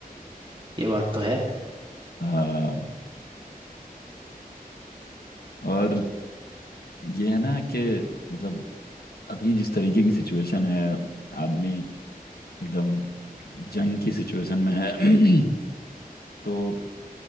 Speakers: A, on the right; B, on the left.
A: <laughs> ये बात तो है
B: हाँ और ये है ना कि मतलब अभी जिस तरीके की सिचुएशन है आदमी एकदम जंग की सिचुएशन में है <clears throat> तो